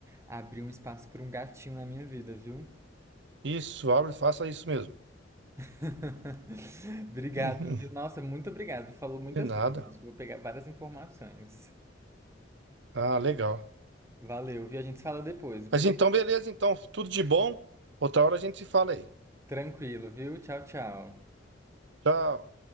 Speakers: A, on the right; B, on the right.
A: abrir um espaço pra um gatinho na minha vida, viu?
B: Isso, abre, faça isso mesmo.
A: <laughs> Obrigado,
B: Uhum,
A: viu? Nossa, muito obrigado. Falou muitas
B: De nada.
A: coisas. Acho que eu vou pegar várias informações.
B: Ah, legal.
A: Valeu, viu? A gente se fala depois. Depois
B: Mas
A: eu...
B: então, beleza, então, tudo de bom. Outra hora a gente se fala aí.
A: Tranquilo, viu? Tchau, tchau.
B: Tchau.